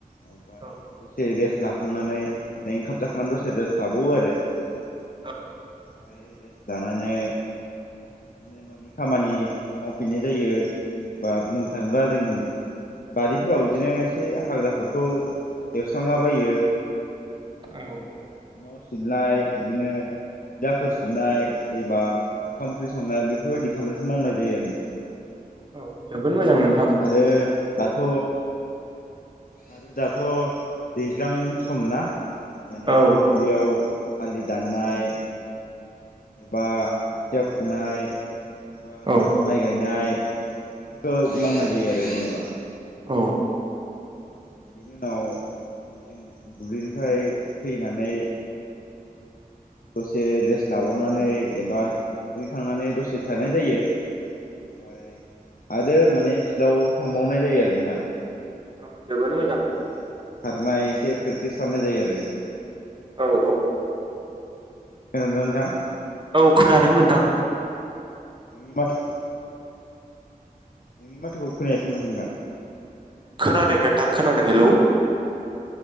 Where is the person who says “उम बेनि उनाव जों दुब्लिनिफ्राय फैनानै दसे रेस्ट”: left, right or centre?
Left